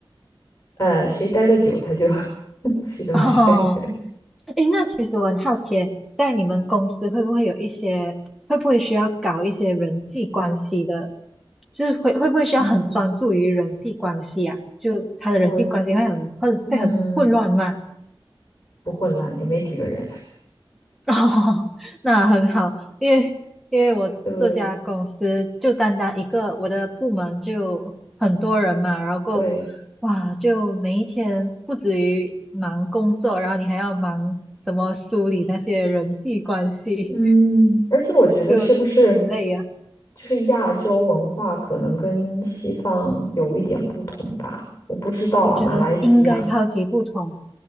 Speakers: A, on the left (about 35°); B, in the centre.
A: 呃，谁待的久他就 <laughs> 启动谁，
B: <laughs> 哦，诶，那其实我很好奇，在你们公司会不会有一些，会不会需要搞一些人际关系的，就是会会不会需要很专注于人际关系啊？
A: 嗯，
B: 就他的人际关系会很会会很混乱吗？
A: 我嗯。不混乱，也没几个人。<laughs>
B: <laughs> 哦，那很好，因为因为我这家公司就单单一个我的部门就很多人嘛，
A: 对
B: 然后够哇，
A: 对，
B: 就每一天不止于忙工作，然后你还要忙怎么梳理那些人际关系。
A: 嗯，而且我觉得是不是
B: 就很累呀、
A: 就是亚洲文化可能跟西方有一点不同吧？我不知道啊，
B: 我觉得应该超级不同。
A: 马来西亚。